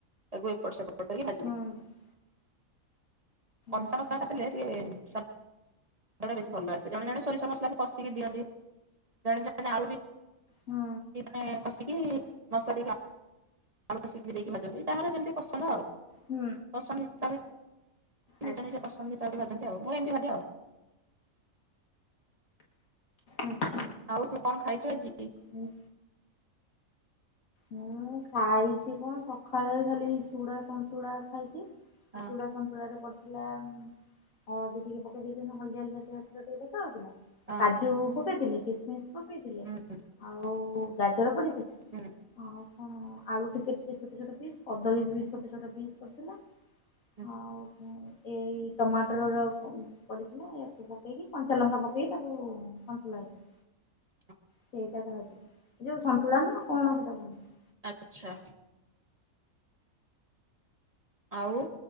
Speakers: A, on the right; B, on the left.
A: ତାକୁ ଏପଟ ସେପଟ କରିକି ଭାଜିବୁ।
B: ହୁଁ
A: <unintelligible>
B: ଆଚ୍ଛା
A: ବେଶୀ ଭଲ ଆସେ ଜଣେ ଜଣେ ସୋରିଷ ମସଲା ବି କଶିକି ଦିଅନ୍ତି ଜଣେ ଜଣେ ଆଳୁବି
B: ହୁଁ।
A: ମାନେ କଷିକି ମସଲି ଘା <unintelligible>
B: ହୁଁ।
A: ପସନ୍ଦ ହିସାବରେ
B: ଆଚ୍ଛା
A: ନିଜ ନିଜ ପସନ୍ଦ ହିସାବରେ ବଞ୍ଚନ୍ତି ଆଉ ମୁଁ ଏମିତି ଭାବେ ଆଉ
B: ଆଚ୍ଛା।
A: ଆଉ ତୁ କଣ ଖାଇଛୁ ଆଜି?
B: ହୁଁ। ମୁଁ ଖାଇଛି କଣ ସଖାଳେ ଖାଲି ଚୁଡ଼ା ସନ୍ତୁଳା ଖାଇଛି
A: ହଁ
B: ଚୁଡ଼ା ସନ୍ତୁଳାରେ ପଡ଼ି ଥିଲା ହଳଦୀ ଟିକେ ପକେଇ ଦେଇଛନ୍ତି ହଳଦିଆ <unintelligible> ଟିକେ ଦେଖା ହଉଥିଲା।
A: ହଁ
B: କାଜୁ ପକେଇଥିଲି କିସମିସ ପକେଇଥିଲେ
A: ହୁଁ
B: ଆଉ ଗାଜର ପଡ଼ିଥିଲା।
A: ହୁଁ।
B: ଆଉ କଣ, ଆଳୁ ଟେ <unintelligible> ଛୋଟ ଛୋଟ ପିସ୍, କଦଳୀ ବି ଛୋଟ ଛୋଟ ପିସ୍ କରିଥିଲା।
A: ହୁଁ।
B: ଆଉ ଏଇ ଟମାଟରର ପଁ ପଡ଼ିଥିଲା ଏହାକୁ ପକେଇକି କଞ୍ଚା ଲଙ୍କା ପକେଇକି ତାକୁ <unintelligible>
A: <inaudible>
B: ସେଇଟା କାହା ଯୋଉ, ଯୋଉ ସନ୍ତୁଳା ନା କଣ ସେଟା କଣ
A: ଆଚ୍ଛା। ଆଉ